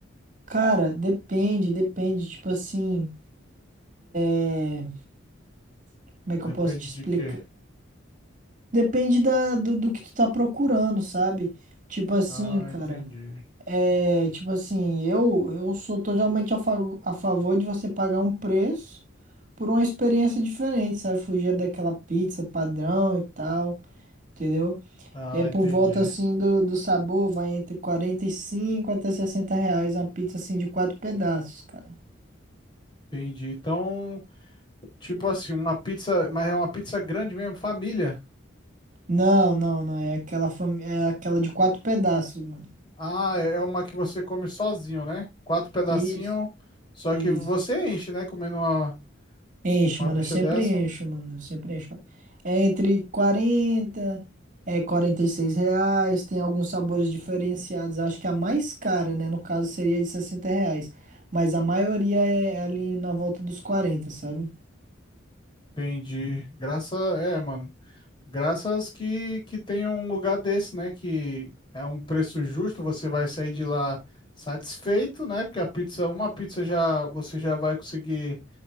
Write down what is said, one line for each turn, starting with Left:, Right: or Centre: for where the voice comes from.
Right: Cara, depende, depende, tipo assim, é, como é que
Left: Depende
Right: eu posso te
Left: de
Right: explicar?
Left: quê?
Right: Depende da, do, do que tu tá procurando, sabe? Tipo assim,
Left: Ah,
Right: cara,
Left: entendi.
Right: é, tipo assim, eu, eu sou totalmente a, fa- a favor de você pagar um preço por uma experiência diferente, sabe? Fugir daquela pizza padrão e tal, entendeu?
Left: Ah,
Right: É por
Left: entendi.
Right: volta assim do, do sabor, vai entre 45 até 60 reais uma pizza assim de quatro pedaços, cara.
Left: Entendi. Então, tipo assim, uma pizza, mas é uma pizza grande mesmo, família.
Right: Não, não, não, é aquela fami... é aquela de quatro pedaços, mano.
Left: Ah, é é uma que você come sozinho, né? Quatro pedacinhos,
Right: Isso,
Left: só
Right: isso.
Left: que você enche, né? Comendo uma,
Right: Enche,
Left: uma
Right: mano,
Left: bicha
Right: eu sempre
Left: dessa.
Right: encho, mano, eu sempre encho. É entre 40 é 46 reais, tem alguns sabores diferenciados. Acho que a mais cara, né, no caso seria de 60 reais, mas a maioria é é ali na volta dos quarenta sabe?
Left: Entendi. Graça é, mano. Graças que, que tenha um lugar desse, né? Que é um preço justo, você vai sair de lá satisfeito, né? Porque a pizza, uma pizza já você já vai conseguir